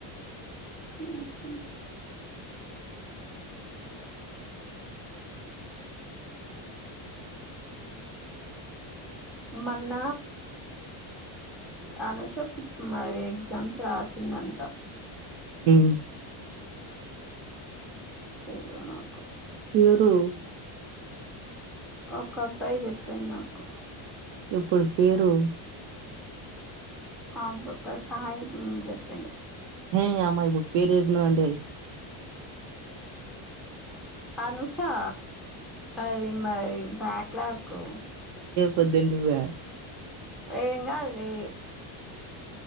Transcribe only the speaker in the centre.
మ్మ్ హ్మ్ మన్న అనుష మరి ఎగ్జామ్స్ రాసిందంట
పేదో నాకు
ఒక అబ్బాయి చెప్పిండు నాకు
ఆ అబ్బయ్ పేరు సాయి అని చెప్పిండు
అనుషా అది మరి బ్యాక్ లాగ్ ఊ
ఏం కాదులే